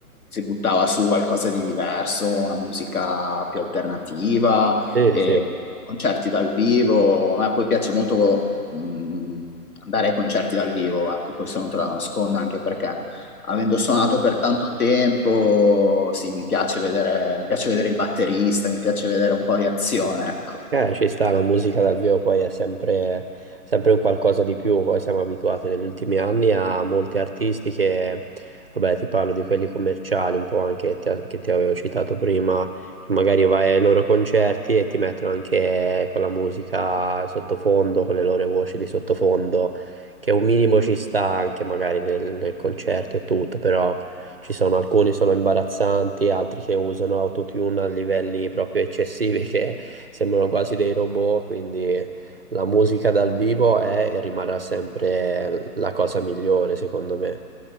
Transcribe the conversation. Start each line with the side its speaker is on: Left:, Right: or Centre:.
Left: si buttava su qualcosa di diverso, una musica più alternativa,
Right: Sì,
Left: e
Right: sì, sì.
Left: concerti dal vivo. A me poi piace molto mh, andare ai concerti dal vivo, ecco, questo non te lo nascondo anche perché Avendo suonato per tanto tempo, sì, mi piace vedere, mi piace vedere il batterista, mi piace vedere un po' di azione, ecco.
Right: Eh, ci sta, la musica dal vivo poi è sempre, sempre un qualcosa di più, poi siamo abituati negli ultimi anni a molti artisti che, vabbè, ti parlo di quelli commerciali, un po' anche te- che ti avevo citato prima, che magari vai ai loro concerti e ti mettono anche con la musica sottofondo, con le loro voci di sottofondo, che un minimo ci sta anche magari nel, nel concerto e tutto, però ci sono alcuni sono imbarazzanti, altri che usano autotune a livelli proprio eccessivi che sembrano quasi dei robot, quindi la musica dal vivo è e rimarrà sempre la cosa migliore, secondo me.